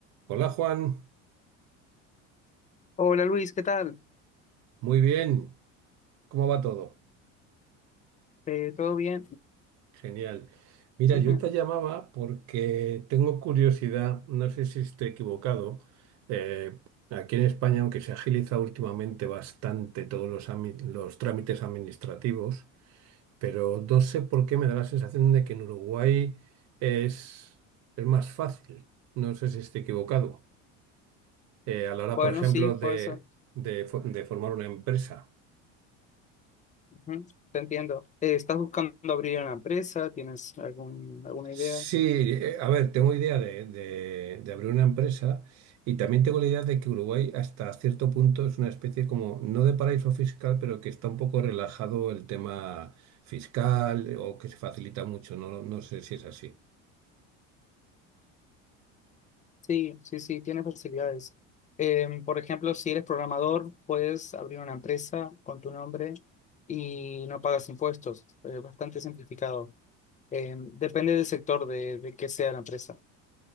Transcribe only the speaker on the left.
Hola Luis, ¿qué tal?
Eh, ¿todo bien?
Dime.
Bueno,
sí, pues,
eso.
Ujú, Te entiendo. Eh, ¿estás buscando abrir una empresa? ¿Tienes algún, alguna
idea?
Sí, sí, sí, tienes facilidades. Em, por ejemplo, si eres programador, puedes abrir una empresa con tu nombre y no pagas impuestos. Es bastante simplificado. Em, depende del sector de, de que sea la empresa.